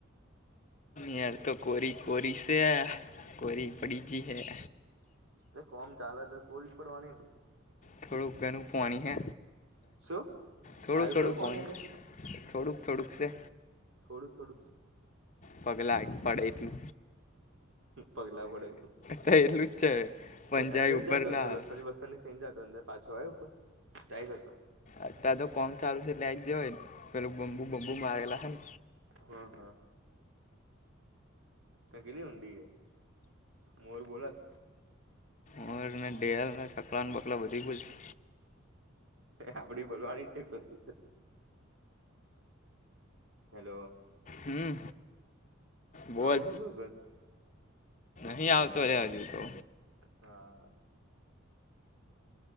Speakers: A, on the left; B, on the right.
A: યાર તો કોરી કોરી સ હૈ, કોરી પડી જી હૈ.
B: એ કામ ચાલે તો, કોઈ પડવાની.
A: થોડું ઘણું પાણી છે,
B: શું
A: થોડુ-થોડું
B: આવ્યું ખરું
A: પાણી
B: અંદર
A: થોડું-થોડું છે.
B: થોડું-થોડું.
A: પગલાથી.
B: પગલા પડે
A: તો એટલું જ છે પંજાય
B: અંદર જ
A: ઉપર
B: જાય તો, અંદર
A: ના આવે
B: લસવાની-વસવાની અંદર પાછો આવે, ઉપર ટાઈટ હતો.
A: અત્યારે તો કામ ચાલું છે, લઈ જ હોય ને, પેલું બમ્બુ-બમ્બુ
B: હમ હમ
A: મારેલા ને?
B: હા, હા. કેટલી ઉડી એ મોર બોલાસ.
A: હવે ના ચકલા બકલા બધી ભૂલશે.
B: આપણે બોલવાની તે કર હતી. હેલો.
A: હમ્મ, બોલ?
B: આવું છું શું ઘર
A: નહીં આવતો, રે હજુ તો.
B: હા.